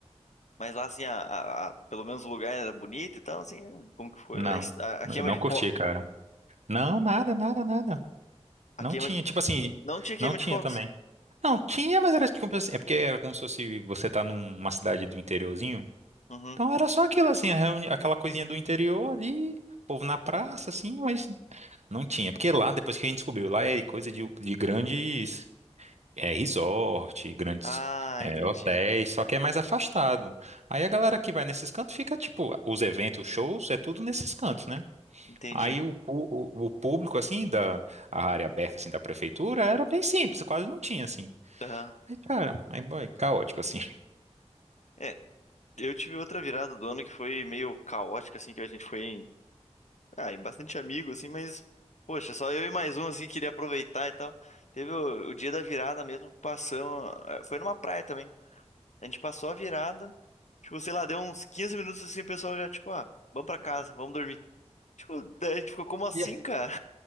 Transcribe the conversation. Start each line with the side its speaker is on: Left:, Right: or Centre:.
Left: Mas lá, assim, a, a- a- pelo menos o lugar era bonito e tal, assim. Como que foi?
Right: Não,
Left: A, est- a- a queima
Right: eu não
Left: de
Right: curti,
Left: fogo.
Right: cara. Não, nada, nada, nada. Não
Left: A queima
Right: tinha,
Left: de.
Right: tipo assim,
Left: Não tinha queima
Right: não tinha
Left: de fogos.
Right: também. Não, tinha, mas era tipo assim, é porque era como se fosse você tá numa cidade do interiorzinho.
Left: Uhum.
Right: Então era só aquilo assim, a reuni- aquela coisinha do interior ali, povo na praça, assim, mas Não tinha, porque lá, depois que a gente descobriu, lá é coisa de, de grandes é, resort, grandes
Left: Ah,
Right: é,
Left: entendi.
Right: hotéis, só que é mais afastado. Aí a galera que vai nesses cantos fica, tipo, os eventos, shows, é tudo nesses cantos, né?
Left: Entendi.
Right: Aí o, pu- o, o público, assim, da a área aberta, assim, da prefeitura, era bem simples, quase não tinha, assim.
Left: Aham.
Right: Aí, cara, aí, boy, caótico, assim.
Left: É. Eu tive outra virada do ano que foi meio caótica, assim, que a gente foi em. Ah, em bastante amigo, assim, mas. Poxa, só eu e mais um, assim, queria aproveitar e tal. Teve o, o dia da virada mesmo, passamos. ah, Foi numa praia também. A gente passou a virada. Tipo, sei lá, deu uns 15 minutos assim, o pessoal já, tipo, ah, vamos pra casa, vamos dormir. Tipo, daí a gente ficou, como assim,
Right: <laughs>
Left: cara?